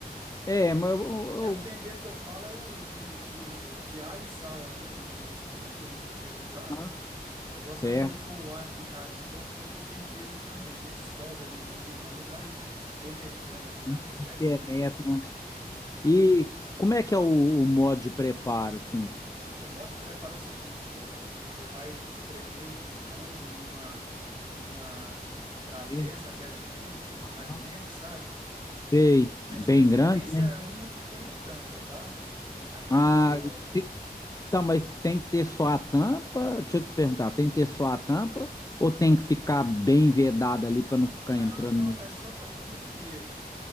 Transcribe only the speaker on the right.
É o tempero que eu falo é o de, de, de alho e sal, aquele, industri, aquele industrializado.
Eu gosto
além de pôr o alho picadinho, eu gosto de pôr aquele tempero também, que dissolve ali no limão e vai penetrando ali na
costelinha,
né?
Isso.
O modo de preparo é o seguinte, ô Rodrigo, você vai espremer os limões em uma em uma travessa,
aquelas de vidro, tipo
Marinex, sabe?
É
de preferência
é uma que tenha tampa, tá? Aqui
as maior.
Não,
não,
é só para cobrir mesmo.